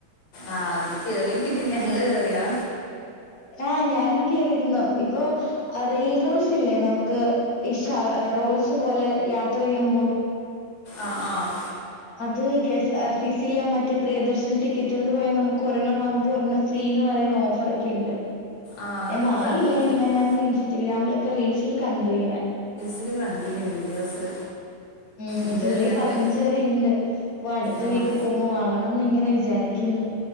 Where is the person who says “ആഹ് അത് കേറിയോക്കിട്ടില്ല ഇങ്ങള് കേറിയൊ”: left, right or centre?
Left